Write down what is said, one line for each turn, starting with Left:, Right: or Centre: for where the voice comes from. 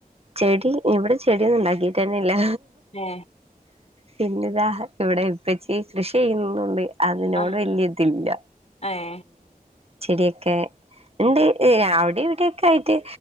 Right: ചെടി ഇവെടെ ചെടിയൊന്നും ഇണ്ടാക്കിട്ടെന്നെ ഇല്ലാ
Left: ഏഹ്
Right: പിന്നെ ഇതാ ഇവ്ടെ ഉപ്പെച്ചി കൃഷി ചെയ്യുന്നുണ്ട് അതിനോട്
Left: ആഹ്
Right: വെല്ല്യ ഇത് ഇല്ലാ
Left: ഏഹ്
Right: ചെടി ഒക്കെ ഇണ്ട് അവ്ടിം ഇവെടിം ഒക്കെ ആയിട്ട്